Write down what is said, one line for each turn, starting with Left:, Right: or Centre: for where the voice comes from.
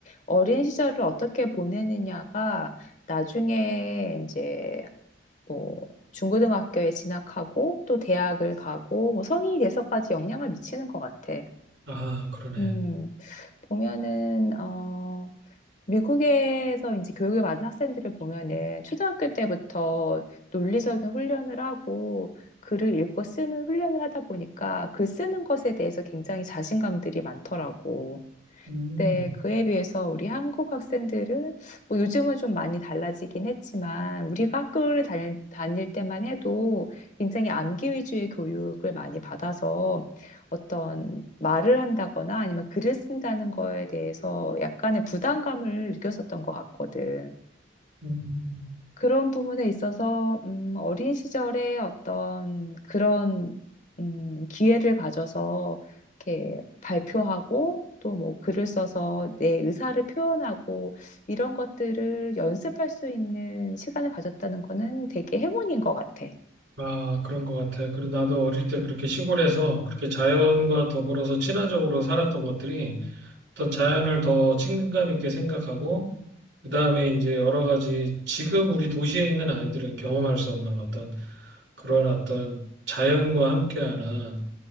Left: 어린 시절을 어떻게 보내느냐가 나중에 이제 뭐 중고등학교에 진학하고 또 대학을 가고 뭐 성인이 돼서까지 영향을 미치는 것 같아.
Right: 아, 그러네.
Left: 음, 보면은, 어, 미국에서 이제 교육을 받은 학생들을 보면은 초등학교 때부터 논리적인 훈련을 하고 글을 읽고 쓰는 훈련을 하다 보니까 글 쓰는 것에 대해서 굉장히 자신감들이 많더라고.
Right: 음,
Left: 네, 그에 비해서 우리 한국 학생들은 뭐 요즘은 좀 많이 달라지긴 했지만 우리가 학교를 다닐, 다닐 때만 해도 굉장히 암기 위주의 교육을 많이 받아서 어떤 말을 한다거나 아니면 글을 쓴다는 거에 대해서 약간의 부담감을 느꼈었던 것 같거든.
Right: 음.
Left: 그런 부분에 있어서 음, 어린 시절에 어떤 그런 음, 기회를 가져서 이렇게 발표하고 또 뭐 글을 써서 내 의사를 표현하고 이런 것들을 연습할 수 있는 시간을 가졌다는 거는 되게 행운인 것 같아.
Right: 아, 그런 것 같아. 그리고 나도 어릴 때 그렇게 시골에서 그렇게 자연과 더불어서 친화적으로 살았던 것들이 어떤 자연을 더 친근감 있게 생각하고, 그 다음에 이제 여러 가지 지금 우리 도시에 있는 아이들은 경험할 수 없는 어떤 그런 어떤 자연과 함께하는